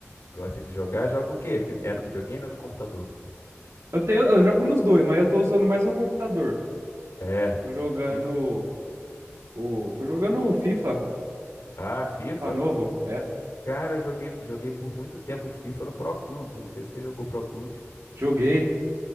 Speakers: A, on the left; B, on the right.
A: gosta de jogar? Joga o quê? Vi- É no videogame ou no computador?
B: Eu tenho, eu jogo nos dois, mas eu tô usando mais o computador.
A: É.
B: Tô jogando
A: Que...
B: o, tô jogando o FIFA,
A: Ah, FIFA?
B: FIFA novo, é.
A: Cara, eu joguei, joguei por muito tempo FIFA no Pro Clubes. Eu não sei se você jogou Pro Clubes.
B: Joguei,